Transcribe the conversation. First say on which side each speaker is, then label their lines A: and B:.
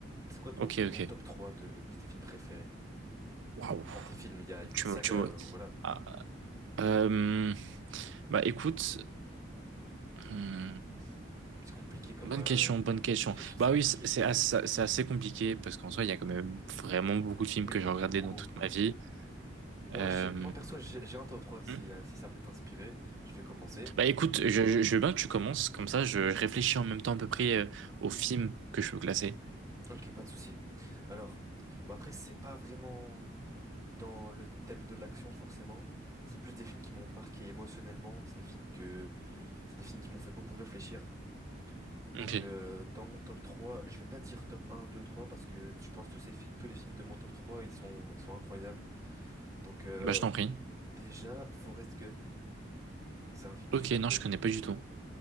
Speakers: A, on the right (about 15°); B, on the right (about 75°).
A: C'est quoi ton,
B: ok,
A: ton
B: ok.
A: top 3 de, de tes films préférés?
B: Waouh,
A: Enfin, tes films, il y a, il y a
B: tu
A: une saga,
B: me, tu me-
A: euh, voilà.
B: Ah, euh, bah écoute, hmm,
A: C'est compliqué comme...
B: bonne
A: euh,
B: question, bonne question.
A: c'est une question, c'est
B: Bah
A: compliqué.
B: oui, c'est c'est assez, c'est assez compliqué parce qu'en soi, il y a quand même vraiment beaucoup de films
A: Oui,
B: que
A: il
B: j'ai
A: y en
B: regardés
A: a beaucoup,
B: dans toute
A: mais...
B: ma vie.
A: Moi,
B: Euh,
A: j'ai, moi perso, j'ai j'ai un top 3. Si,
B: hmm.
A: euh, si ça peut t'inspirer, je vais commencer.
B: Bah écoute, je, je, je veux bien que tu commences, comme ça, je réfléchis en même temps à peu près euh, aux films que je peux classer.
A: Ok, pas de souci. Alors, bah après, c'est pas vraiment dans le thème de l'action, forcément. C'est plus des films qui m'ont marqué émotionnellement. C'est des films que... C'est des films qui m'ont fait beaucoup réfléchir Donc
B: Ok,
A: euh, dans mon top 3 je vais pas dire top un 2 3 parce que je pense tous, ces fi- tous les films de mon top 3 ils sont, ils sont incroyables. Donc euh,
B: bah je t'en prie.
A: d- déjà, Forrest Gump, c'est un film super
B: Ok, non,
A: connu.
B: je connais pas du tout.